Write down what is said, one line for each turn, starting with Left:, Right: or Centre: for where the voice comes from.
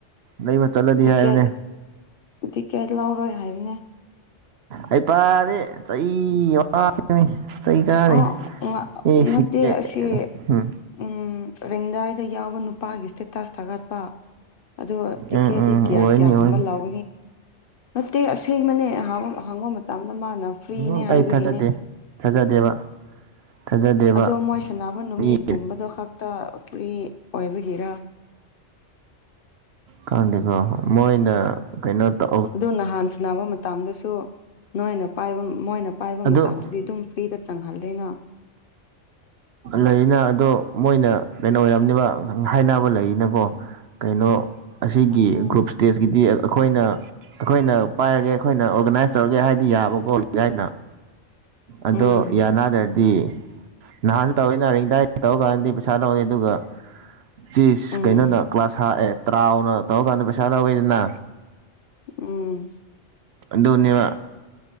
Right: ꯂꯩꯕ ꯆꯠꯂꯗꯤ
Left: ꯇꯤꯀꯦꯠ
Right: ꯍꯥꯏꯕꯅꯦ
Left: ꯇꯤꯀꯦꯠ ꯂꯧꯔꯣꯏ ꯍꯥꯏꯕꯅꯦ
Right: ꯍꯩꯄ ꯗꯤ ꯑꯩ ꯆꯩ ꯆꯥꯅꯤ
Left: ꯑꯣ
Right: <unintelligible>
Left: ꯅꯠꯇꯦ ꯑꯁꯤ ꯎꯝ ꯔꯦꯡꯗꯥꯏꯗ ꯌꯥꯎꯕ ꯅꯨꯄꯥꯒꯤ ꯏꯁꯇꯦꯇꯁ ꯊꯥꯒꯠꯄ ꯑꯣ ꯇꯤꯀꯦꯗꯤ
Right: ꯎꯝ ꯎꯝ
Left: ꯀꯌꯥ
Right: ꯑꯣꯏꯅꯤ
Left: ꯀꯌꯥꯒꯨꯝꯕ
Right: ꯑꯣꯏꯅꯤ
Left: ꯂꯥꯎ ꯅꯠꯇꯦ ꯑꯁꯦꯡꯕꯅꯦ ꯍꯥꯡꯕ ꯃꯇꯝꯗ ꯃꯥꯅ ꯐ꯭ꯔꯤꯅꯦ
Right: ꯎꯝ ꯑꯩ
Left: ꯍꯥꯏꯕꯒꯤꯅꯦ
Right: ꯊꯥꯖꯗꯦ ꯊꯥꯖꯗꯦꯕ ꯊꯥꯖꯗꯦꯕ
Left: ꯑꯗꯣ ꯃꯣꯏ ꯁꯅꯕ ꯅꯨꯃꯤꯠꯀꯨꯝꯕꯗꯣ
Right: ꯃꯤ
Left: ꯈꯛꯇ ꯐ꯭ꯔꯤ ꯑꯣꯏꯕꯒꯤꯔ
Right: ꯀꯥꯟꯗꯤ ꯀꯣ ꯃꯣꯏꯅ ꯀꯩꯅꯣ ꯇ
Left: ꯑꯗꯨ ꯅꯍꯥꯟ ꯁꯟꯅꯕ ꯃꯇꯝꯗꯁꯨ ꯅꯣꯏꯅ ꯄꯥꯏꯕ ꯃꯣꯏꯅ ꯄꯥꯏꯕ
Right: ꯑꯗꯨ
Left: ꯃꯇꯝꯗꯨꯗꯤ ꯑꯗꯨꯝ ꯐ꯭ꯔꯤꯗ ꯆꯪꯍꯜꯜꯂꯤꯩꯅꯥ
Right: ꯂꯩꯅ ꯑꯗꯣ ꯃꯣꯏꯅ ꯀꯩꯅꯣ <unintelligible> ꯍꯥꯏꯅꯕ ꯂꯩꯅꯀꯣ ꯀꯩꯅꯣ ꯑꯁꯤꯒꯤ
Left: ꯎꯝ
Right: ꯒ꯭ꯔꯨꯞꯁ ꯏꯁꯇꯦꯖꯀꯤꯗꯤ ꯑꯩꯈꯣꯏꯅ ꯑꯩꯈꯣꯏꯅ ꯄꯥꯏꯔꯒꯦ ꯑꯩꯈꯣꯏꯅ ꯑꯣꯔꯒꯅꯥꯏꯁ ꯇꯧꯔꯒꯦ ꯍꯥꯏꯗꯤ ꯌꯥꯕꯀꯣ ꯌꯥꯏꯅ ꯑꯗꯣ
Left: ꯎꯝ
Right: ꯌꯥꯅꯗ꯭ꯔꯗꯤ ꯅꯍꯥꯟꯁꯨ ꯇꯧꯋꯤ ꯔꯤꯡꯗꯥꯏ ꯇꯧꯔ ꯀꯥꯟꯗꯗꯤ ꯄꯩꯁꯥ ꯂꯧꯅꯤ ꯑꯗꯨꯒ ꯆ
Left: ꯎꯝ
Right: ꯀꯩꯅꯣꯅ ꯀ꯭ꯂꯥꯁ ꯍꯥꯑꯦ ꯇꯔꯥꯎꯅ ꯇꯧꯔꯀꯥꯟꯗ ꯄꯩꯁꯥ ꯂꯧꯋꯦꯗꯅ
Left: ꯎꯝ
Right: ꯑꯗꯨꯅꯦꯕ